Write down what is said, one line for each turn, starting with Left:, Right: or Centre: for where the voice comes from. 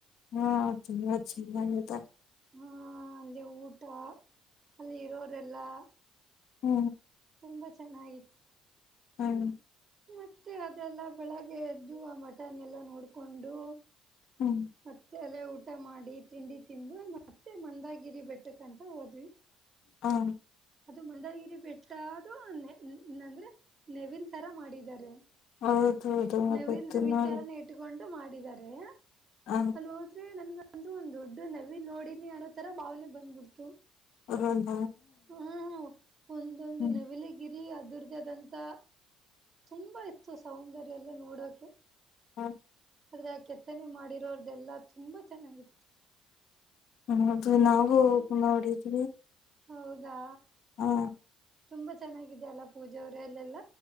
Left: ಹಾ ಚತ
Right: ಆ ಅಲ್ಲೇ ಊರಿಗೆ ಊಟ ಅಲ್ಲಿ ಇರೋರೆಲ್ಲಾ
Left: ಹ್ಮ
Right: ತುಂಬಾ ಚೆನ್ನಾಗಿತ್
Left: ಹ್ಮ
Right: ಮತ್ತೆ ಅದೆಲ್ಲಾ ಬೆಳಗ್ಗೆ ಎದ್ದು ಆ ಮಟನ್ ಎಲ್ಲಾ ನೋಡ್ಕೊಂಡು
Left: ಹ್ಮ್
Right: ಮತ್ತೆ ಅಲ್ಲ ಉಟ್. ಊಟ ಮಾಡಿ ತಿಂಡಿ ತಿಂದು ಮತ್ತೆ ಮಂದಾಗಿರಿ ಬೆಟ್ಟಕಂತ ಹೋದ್ವಿ.
Left: ಹಾ
Right: ಅದು ಮಂದಾಗಿರಿ ಬೆಟ್ಟ ಅದು ಅಂದ್ರೆ ನೆವಿಲ್ ತರ ಮಾಡಿದ್ದಾರೆ
Left: ಹೌದೌದು
Right: ನವಲ್ದು
Left: ಗೊತ್ತು
Right: ವಿಚಾರಣ
Left: ನೋಡಿ
Right: ಇಟ್ಕೊಂಡು ಎ ಮಾಡಿದಿದ್ದಾರೆ
Left: ಹ
Right: ಅಲ್ಲಿ ಹೋದ್ರಿ ನನ್ಗ ಅಲ್ ಅಲ್ಲಿ ಒಂದ್ ದೊಡ್ಡ ನವೀನ್ ನೋಡಿನಿ ಅನ್ನೋ ತರ ಭಾವನೆ ಬಂದ್ಬಿಡ್ತು.
Left: ರೋ.
Right: ಹಾ ಹ ಒಂದೊಂದು
Left: ಹ್ಮ್
Right: ನೆವಿಲಿಗಿರಿ ಅದ್. ದುರ್ಗಾದಂತ ತುಂಬಾ ಇತ್ತು ಸೌಂದರ್ಯ ಎಲ್ಲ ನೋಡೋಕೆ.
Left: ಹ.
Right: ಅದ್ರ ಕೆತ್ತನೆ ಮಾಡಿರೋರ್ದೆಲ್ಲಾ ತುಂಬಾ ಚೆನ್ನಾಗಿತ್ತು
Left: ಹ್ಮ್ ದು ನಾವು
Right: ಹ್ಮ್
Left: ಗುಣ ಹೊಡಿದೀವಿ
Right: ಹೌದಾ
Left: ಹಾ
Right: ತುಂಬಾ ಚೆನ್ನಾಗಿದೆ ಪೂಜೆ ಅವ್ರ ಎಲ್ಲಲ್ಲ